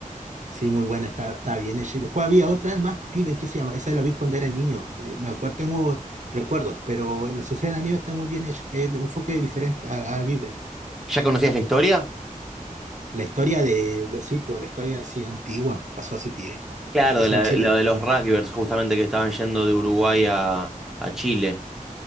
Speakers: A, on the right (about 60°); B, in the centre.
A: Sí, muy buena, está, está bien hecha. Y después había otras más, Fiben, ¿qué se llama? Esa la vi cuando era niño. eh, Me acuerdo, tengo recuerdos, pero La Sociedad de la Nieve está muy bien hecha. Es de un enfoque diferente a, a Viven.
B: ¿Ya conocías la historia?
A: La historia de. Sí, pues, la historia así antigua, pasó hace tiempo.
B: Claro,
A: Pasó
B: de la,
A: en Chile.
B: la de los rugbyers, justamente que estaban yendo de Uruguay a, a Chile.